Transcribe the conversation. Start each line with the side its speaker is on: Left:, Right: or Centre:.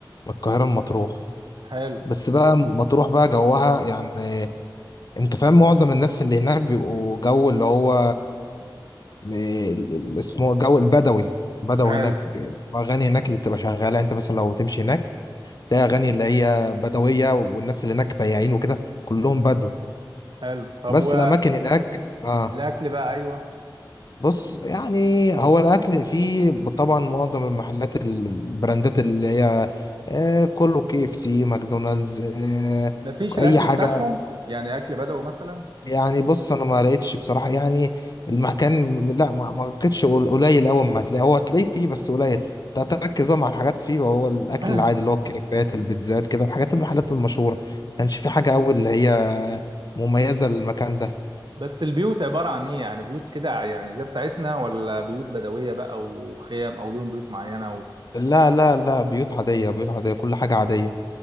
Left: من القاهره لمطروح
Right: حلو
Left: بس بقى مطروح بقى جوها يعني انت فاهم معظم الناس اللي هناك بيبقوا جو اللي هو م- ال- ال- اسمه جو البدوي بدو
Right: حلو
Left: هناك اغاني هناك اللي بتبقى شغاله انت مثلا لو تمشي هناك تلاقي اغاني اللي هي بدويه والناس اللي هناك بياعين وكده كلهم بدو
Right: حلو طب
Left: بس
Right: و
Left: الاماكن هناك اه
Right: الاكل بقى ايوه
Left: بص يعني هو الاكل فيه طبعا معظم المحلات ال- البراندات اللي هي آه كله كي اف سي ماكدونالدز آه
Right: مفيش الاكل
Left: اي حاجه
Right: بتاعهم يعني اكل بدوي مثلا
Left: يعني بص انا ما لقيتش بصراحه يعني المكان لا ما ما لقيتش قل- قليل اول ما هتلاقيه هو هتلاقيه فيه بس قليل انت هتركز بقى مع الحاجات فيه وهو الاكل
Right: <clears throat>
Left: العادي اللي هو الكريبات البيتزات كده الحاجات المحلات المشهوره ما كانش في حاجه قوي اللي هي مميزه للمكان ده
Right: بس البيوت عباره عن ايه يعني بيوت كده يعني زي بتاعتنا ولا بيوت بدويه بقى وخيام او ليهم بيوت معينه و...
Left: لا لا لا بيوت عاديه بيوت عاديه كل حاجه عاديه